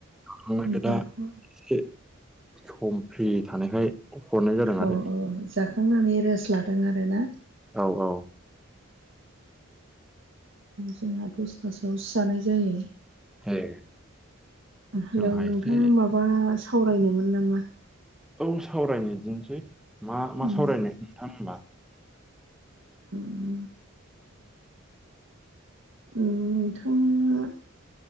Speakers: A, in the centre; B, on the right.
A: थांनायखाय
B: उम,
A: दा
B: जाथ'वा
A: एसे सम फ्रि थानायहाय हरनाय जादों आरो
B: औ औ जाखांनानै रेस्ट लादों आरो ना
A: औ औ
B: जोंहा दसथासोआवो जानाय जायो
A: ए
B: हेल'
A: जोंहा
B: नोंथाङा
A: एसे
B: माबा सावरायनोमोन नामा
A: औ सावरायनोदिनोसै मा मा
B: उम,
A: सावरायनो नोंथां होनबा
B: <inaudible> नोंथाङा